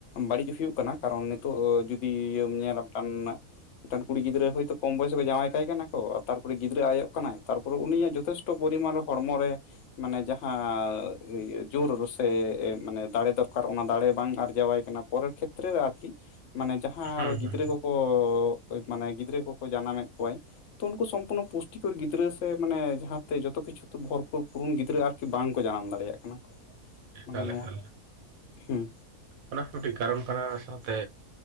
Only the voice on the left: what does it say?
ᱵᱟᱹᱲᱤᱡ ᱦᱩᱭᱩᱜ ᱠᱟᱱᱟ᱾ ᱠᱟᱨᱚᱱ ᱱᱤᱛᱚᱜ ᱡᱩᱫᱤ ᱤᱭᱟᱹᱢ ᱧᱮᱞᱟ ᱢᱤᱫᱴᱟᱱ ᱢᱤᱫᱴᱟᱱ ᱠᱩᱲᱤ ᱜᱤᱫᱽᱨᱟᱹ ᱦᱳᱭ ᱛᱳ ᱠᱚᱢ ᱵᱚᱭᱚᱥ ᱨᱮ ᱡᱟᱶᱟᱭ ᱠᱟᱭ ᱠᱟᱱᱟ ᱠᱚ᱾ ᱛᱟᱨᱯᱚᱨᱮ ᱜᱤᱫᱽᱨᱟᱹ ᱟᱭᱚᱜ ᱠᱟᱱᱟᱭ ᱛᱟᱯᱚᱨ ᱩᱱᱤᱭᱟᱜ ᱡᱚᱛᱷᱮᱥ- ᱴᱚ ᱯᱤᱢᱟᱱ ᱦᱚᱲᱢᱚ ᱨᱮ ᱢᱟᱱᱮ ᱡᱟᱦᱟᱸ ᱡᱳᱨ ᱨᱚᱥᱮ ᱢᱟᱱᱮ ᱫᱟᱲᱮ ᱫᱚᱨᱠᱟᱨ ᱚᱱᱟ ᱫᱟᱲᱮ ᱵᱟᱝ ᱟᱨᱡᱟᱣᱟᱭ ᱠᱟᱱᱟ ᱯᱚᱨᱮᱨ ᱠᱷᱮᱛᱨᱮ ᱨᱮ ᱟᱨᱠᱤ᱾ ᱢᱟᱱᱮ ᱡᱟᱦᱟᱸ
ᱟᱨᱚ ᱜᱤᱫᱽᱨᱟᱹ
ᱠᱚᱠᱚ ᱢᱟᱱᱮ ᱜᱤᱫᱽᱨᱟᱹ ᱠᱚᱠᱚ ᱡᱟᱱᱟᱢ ᱮᱫ ᱠᱚᱣᱟᱭ ᱛᱚ ᱩᱱᱠᱩ ᱥᱚᱢᱯᱩᱨᱱᱚ ᱯᱩᱥᱴᱤᱠᱚᱨ ᱜᱤᱫᱽᱨᱟᱹ ᱥᱮ ᱢᱟᱱᱮ ᱡᱟᱦᱟᱸᱛᱮ ᱡᱚᱛᱚ ᱠᱤᱪᱷᱩ ᱵᱷᱚᱨᱯᱩᱨ ᱯᱩᱨᱩᱱ ᱜᱤᱫᱽᱨᱟᱹ ᱟᱨ- ᱠᱤ ᱵᱟᱝ ᱠᱚ ᱡᱟᱱᱟᱢ ᱫᱟᱲᱮᱭᱟᱜ ᱠᱟᱱᱟ ᱠᱚ᱾
ᱢᱟᱱᱮ ᱱᱚᱣᱟ
ᱦᱩᱸ,